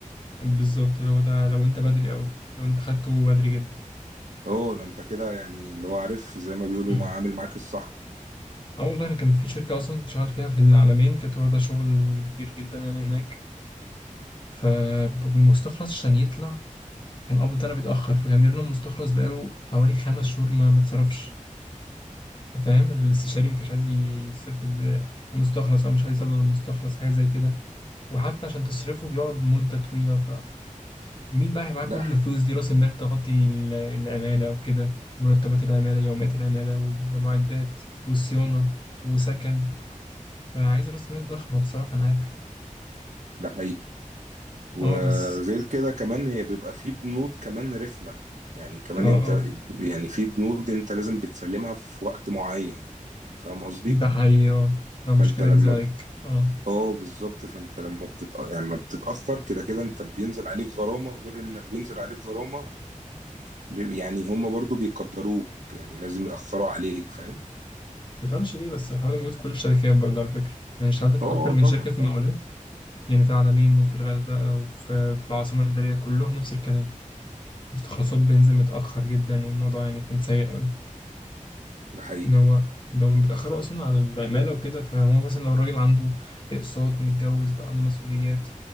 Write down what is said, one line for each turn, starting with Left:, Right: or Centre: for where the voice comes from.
Left: بالظبط لو ده لو انت بدري قوي لو انت خدته بدري جدا
Right: اه ده انت كده يعني اللي هو عارف زي ما بيقولوا
Left: <clears throat>
Right: ما عامل معاك الصح
Left: اه والله انا كان في شركة اصلا كنت شغال فيها في العالمين كانت واخدة شغل كبير جدا يعني هناك فالمستخلص عشان يطلع كان قبض انا بيتأخر فكان بيقول لنا المستخلص بقاله حوالي خمس شهور ما ما اتصرفش فاهم الاستشاري ما كانش عايز ي- يصرف ال- المستخلص او مش عايز يصل للمستخلص حاجه زي كده وحتى عشان تصرفه بيقعد مده طويله فمين بقى هيبقى معاه كل
Right: ده ح-
Left: الفلوس دي راس المال تغطي ال- العماله وكده مرتبات العماله يوميات العماله والمعدات والصيانه وسكن فعايز راس مال ضخمه بصراحه انا عارف
Right: ده حقيقي وغير
Left: اه بس
Right: كده كمان هي بيبقى في بنود كمان رخمة يعني كمان
Left: اه اه
Right: انت يعني في بنود انت لازم بتسلمها في وقت معين فاهم قصدي
Left: ده حقيقي اه لو
Right: فانت
Left: مش كده
Right: لما
Left: ينزل عليك اه
Right: اه بالظبط فانت لما بتت... يعني لما بتتاثر كده كده انت بينزل عليك غرامه وغير انك بينزل عليك غرامه ب... يعني هم برضو بيقدروك يعني لازم ياثروا عليك فاهم
Left: تفهمش ليه بس الحوار ده موجود في كل الشركات برضه على فكره يعني اشتغلت في
Right: اه
Left: اكتر
Right: اه
Left: من
Right: طبعا
Left: شركه في المقاولات
Right: طبعا
Left: يعني في العلمين وفي الغردقة وفي في العاصمة الإدارية كلهم نفس الكلام مستخلصات بنزين متأخر جدا والموضوع يعني كان سيء أوي
Right: ده حقيقي
Left: إن هو لو بيتأخروا أصلا على العمالة وكده فهو مثلا لو الراجل عنده أقساط متجوز بقى عنده مسؤوليات